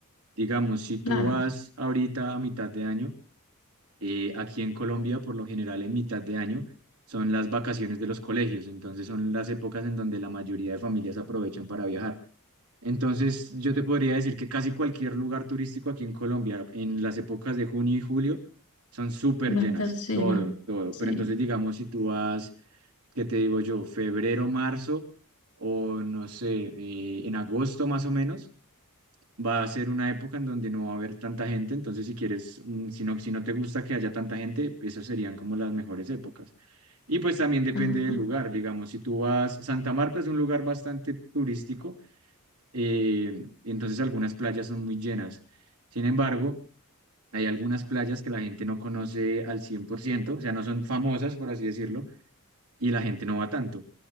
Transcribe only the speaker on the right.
Digamos, si tú
vas ahorita a mitad de año, eh, aquí en Colombia por lo general en mitad de año son las vacaciones de los colegios, entonces son las épocas en donde la mayoría de familias aprovechan para viajar. Entonces yo te podría decir que casi cualquier lugar turístico aquí en Colombia en las épocas de junio y julio son súper
llenas,
todo, todo,
pero entonces digamos si tú vas ¿qué te digo yo? Febrero, marzo o no sé, eh, en agosto más o menos, va a ser una época en donde no va a haber tanta gente. Entonces, si quieres, mm, si no, si no te gusta que haya tanta gente, esas serían como las mejores épocas. Y pues también depende
del lugar, digamos, si tú vas, Santa Marta es un lugar bastante turístico, eh, entonces algunas playas son muy llenas. Sin embargo, hay algunas playas que la gente no conoce al cien por ciento o sea, no son famosas, por así decirlo, y la gente no va tanto.